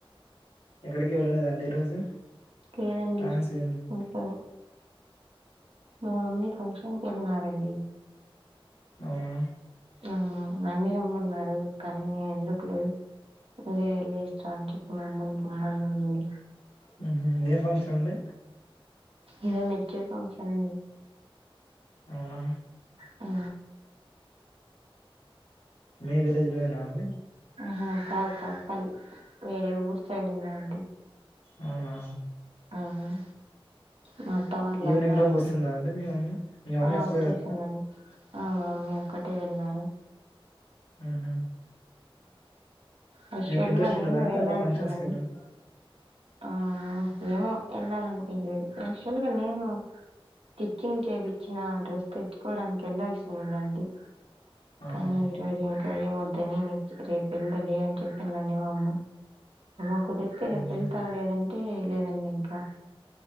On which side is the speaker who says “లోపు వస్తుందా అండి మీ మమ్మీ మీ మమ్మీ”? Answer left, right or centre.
Left